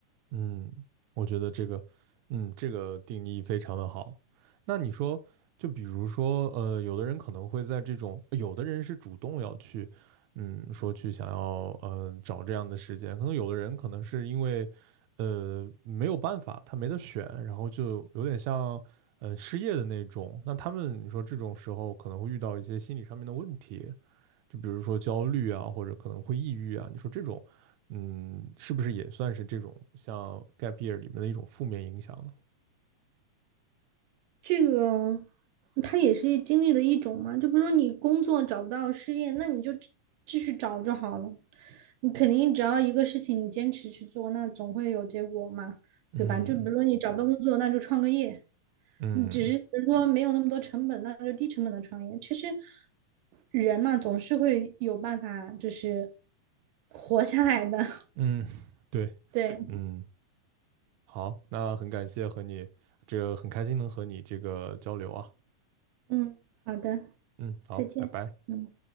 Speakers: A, on the right; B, on the right.
A: 嗯，我觉得这个，嗯，这个定义非常的好。那你说，就比如说，呃，有的人可能会在这种，有的人是主动要去，嗯，说去想要，呃，找这样的时间，可能有的人可能是因为，呃，没有办法，他没得选，然后就有点像，呃，失业的那种。那他们，你说这种时候可能会遇到一些心理上面的问题，就比如说焦虑啊，或者可能会抑郁啊，你说这种，嗯，是不是也算是这种像 gap year 里面的一种负面影响呢？
B: 这个它也是经历的一种嘛，就比如说你工作找不到失业，那你就继续找就好了。你肯定只要一个事情你坚持去做，那总会有结果嘛，
A: 嗯
B: 对吧？就比如说你找不到工作，那就创个业，
A: 嗯
B: 你只是比如说没有那么多成本，那就低成本的创业。其实人嘛，总是会有办法，就是活下来的。<laughs>
A: 嗯，对，
B: 对，
A: 嗯，好，那很感谢和你这个很开心能和你这个交流啊，
B: 嗯，好的，
A: 嗯，好，
B: 再见。
A: 拜拜。
B: 嗯。